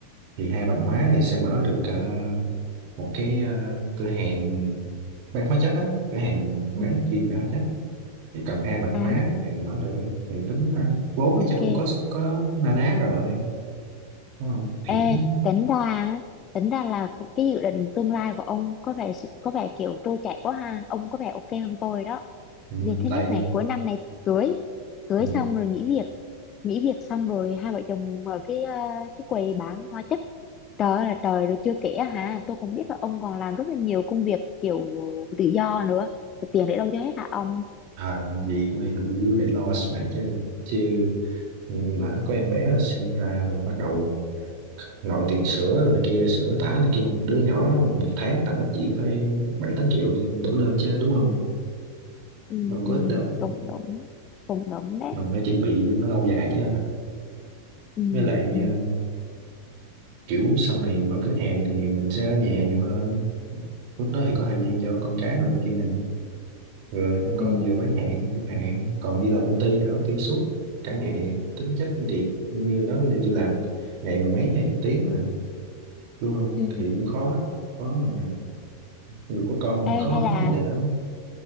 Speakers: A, on the right; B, on the left.
A: thì hai bằng hóa thì sẽ mở được ờ, một cái ờ, cửa hàng bán hóa chất á cửa hàng bán chuyên về hóa chất thì cần hai bằng
B: à
A: hóa thì mở được thì tính ờ, vốn
B: ok
A: thì chắc cũng có có na ná rồi đúng không thì
B: Ê,
A: tính
B: tính ra á, tính ra là cái, cái dự định tương lai của ông có vẻ sự- có vẻ kiểu trôi chảy quá ha ông có vẻ ok hơn tôi đó
A: ừ,
B: việc thứ
A: tại
B: nhất này cuối năm này cưới cưới
A: ừ,
B: xong rồi nghỉ việc nghỉ việc xong rồi hai vợ chồng mở cái ờ, cái quầy bán hóa chất trời ơi là trời rồi chưa kể á hả tôi cũng biết là ông còn làm rất là nhiều công việc kiểu tự do nữa Thì tiền để đâu cho hết hả ông
A: Thời vậy mới đủ để lo sau này chứ chứ lỡ có em bé sinh ra rồi bắt đầu nội tiền sữa rồi này kia sữa tã này kia một đứa nhỏ một tháng tầm ít chuyện phải bảy tám triệu đủ lên chứ đúng không
B: ừ,
A: đâu có
B: ừ,
A: ít đâu
B: cũng đúng cũng đúng đấy
A: mình phải chuẩn bị cho nó lâu dài chứ
B: ừ,
A: với lại
B: ừ,
A: ờ, kiểu sau này mở cửa hàng thì mình sẽ ở nhà nhiều hơn lúc đó thì có thời gian cho con cái rồi này kia này vừa chăm con
B: ừ,
A: vừa bán hàng chẳng hạn còn đi làm công ty thì ở công ty suốt cả ngày tính chất công việc như đó thì tôi làm ngày mười mấy hai chục tiếng mà đúng không
B: ừ.
A: thì cũng khó khó mà dù có con
B: Ê,
A: thì khó
B: hay là
A: khó mà dễ lắm